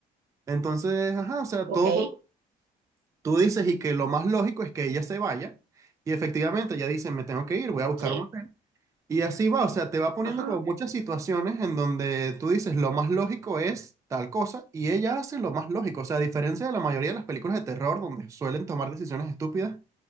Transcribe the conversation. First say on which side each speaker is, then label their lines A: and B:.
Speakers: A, on the right (about 20°); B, on the right (about 70°).
A: Entonces, ajá, o sea,
B: ok,
A: todo Tú dices y que lo más lógico es que ella se vaya y efectivamente ella dice, me tengo que ir, voy a buscar
B: sí,
A: un hotel. Y así va, o sea, te va poniendo
B: ajá.
A: como muchas situaciones en donde tú dices, lo más lógico es tal cosa y ella hace lo más lógico. O sea, a diferencia de la mayoría de las películas de terror donde suelen tomar decisiones estúpidas,